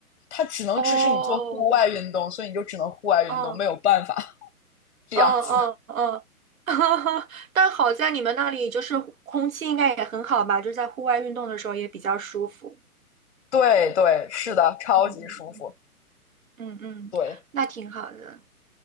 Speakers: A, on the left; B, on the right.
A: 它只能支持你做户外运动，
B: 哦，
A: 所以你就只能户外运动，
B: 嗯
A: 没有办法 <laughs> 这样子。
B: 嗯嗯嗯，<laughs> 但好在你们那里就是空气应该也很好吧，就在户外运动的时候也比较舒服，
A: 对对，是的，超级舒服。
B: 嗯嗯嗯嗯嗯，嗯那挺好的，
A: 对，